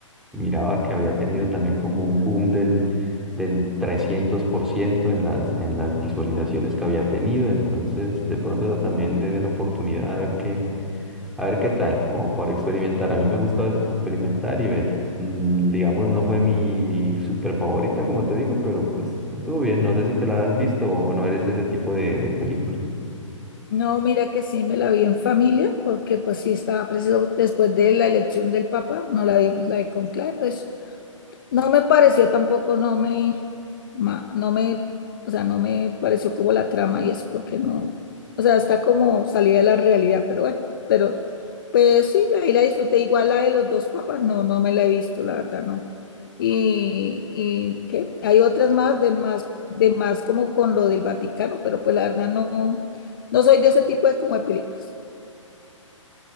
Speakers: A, in the centre; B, on the left.
A: y miraba que había tenido también como un boom del, del 300% en las, en las visualizaciones que había tenido. Entonces, de pronto esa también le dé la oportunidad a ver qué, a ver qué tal, como por experimentar. A mí me gusta a veces experimentar y ver. Mm, Digamos, no fue mi, mi súper favorita, como te digo, pero pues estuvo bien. No sé si te las has visto o no eres de ese tipo de, de películas.
B: No, mira que sí me la vi en familia, porque pues sí estaba preciso después de la elección del Papa, no la vimos la de Conclave, pues no me pareció tampoco, no me, ma- no me, o sea, no me pareció como la trama y eso, porque no, o sea, está como salida de la realidad, pero bueno, pero pues sí, ahí la disfruté. Igual la de los dos papas, no, no me la he visto, la verdad, no. Y, y qué, hay otras más de más, de más como con lo del Vaticano, pero pues la verdad no, no soy de ese tipo de como de películas.